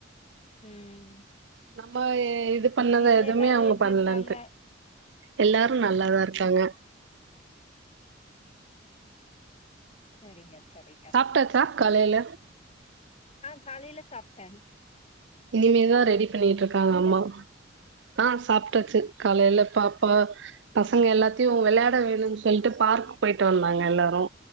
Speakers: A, on the left (about 35°); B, on the right (about 65°).
A: ம்
B: நம்மயே இது பண்ணத
A: வீட்ல
B: எதுவுமே
A: எல்லாரு
B: அவங்க
A: எப்டி
B: பண்ணலன்ட்டு.
A: இருக்காங்க
B: எல்லாரு நல்லாதா இருக்காங்க
A: சரிங்க சரிங்க
B: சாப்ட்டாச்சா காலைல
A: அ காலைல சாப்ட்ட
B: இனிமேதா ரெடி பண்ணிட்ருக்காங்க அம்மா ஆ சாப்ட்டாச்சு காலைல பாப்பா பசங்க எல்லாத்தையு வெள்யாட வேணுன் சொல்ட்டு பார்க் போயிட்டு வந்தாங்க எல்லாரு